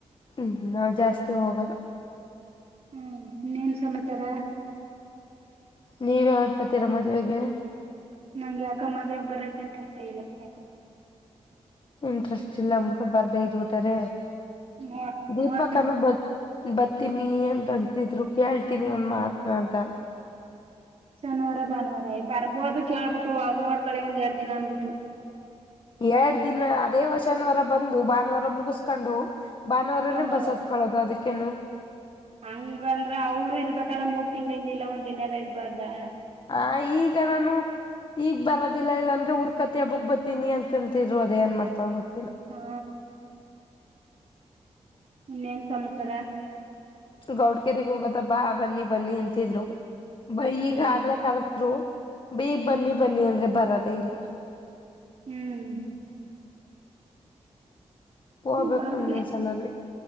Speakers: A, on the left; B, on the right.
A: ಹ್ಮ್ ಹ್ಮ್ ನಾವ್ ಜಾಸ್ತಿ ಹೋಗಲ್ಲ
B: ಹ್ಮ್ ಇನ್ನೇನ್ ಸಮಾಚಾರ
A: ನೀವ್ ಯಾವತ್ ಬತೀರಾ ಮದುವೆಗೆ
B: ನಂಗ್ ಯಾಕ ಮದ್ವೆಗ ಬರಕ್ ಇಂಟ್ರೆಸ್ಟ್ ಇಲ್ಲ ಯಾಕ
A: ಇಂಟ್ರೆಸ್ಟ್ ಇಲ್ಲ ಅನ್ಬಿಟ್ಟು ಬರ್ದ ಇದಬಿಟರೆ
B: ನೋ
A: ದೀಪಕನು
B: ನೋಡ್ತೀನಿ
A: ಬತೀನಿ ಅಂತ ಅಂತಿದ್ರು ಕೇಳ್ತೀನಿ ಒಂದ್ ಮಾತನ ಅಂತ
B: ಶನಿವಾರ ಭಾನುವಾರ ಬರ್ಬೋರ್ ಕೇಳ್ಬಿಟ್ಟು ಅವ್ರ ನೋಡ್ಕಳಿ ಒಂದ ಎರಡ್ ದಿನ ಅನ್ಬಿಟ್ಟು
A: ಎರಡ್ ದಿನ ಅದೇವ ಶನಿವಾರ ಬಂದು ಭಾನುವಾರ ಮುಗಸ್ಕೊಂಡು ಭಾನುವಾರನೇ
B: ಸೋಮವಾರ
A: ಬಸ್ ಹತ್ಕೊಳ್ಳೋದು ಅದಕ್ಕೇನು
B: ಹಂಗ ಅಂದ್ರ ಅವಳು ಇರ್ಬೇಕಲ್ಲ ಮೂರು ತಿಂಗ್ಳಿಂದ ಇಲ್ಲ ಒಂದ ದಿನಾರ ಇರ್ಬಾರ
A: ಆ ಈಗ ನಾನು ಈಗ್ ಬರೋದಿಲ್ಲ ಇಲ್ಲಾಂದ್ರೆ ಉರ್ಕೊತಿಯ ಹಬ್ಬುಕ್ಕ ಬರ್ತೀನಿ ಅಂತಿದ್ರು ಅದೇ ಏನ್ ಮಾಡ್ತಾರೋ ಗೊತ್ತಿಲ್ಲ
B: ಹಾ ಇನ್ನೇನ್ ಸಮಾಚಾರ
A: ಗೌಡ್ಗೆರೆಗ್ ಹೋಗೋದ ಬಾ ಬನ್ನಿ ಬನ್ನಿ ಅಂತಿದ್ರು ಬ
B: ಹ್ಮ್
A: ಈಗ ಆಗಲ್ಲ <unintelligible> ಬೇಗ್
B: ಹ್ಮ್
A: ಬನ್ನಿ ಬನ್ನಿ ಅಂದ್ರೆ ಬರದೇ ಇಲ್ಲ
B: ಹ್ಮ್
A: ಹೋಗ್ಬೇಕು
B: ಗೌಡ್ಗೆ
A: ಇನ್ನೊಂದ್ಸಲ ಅಲ್ಲಿ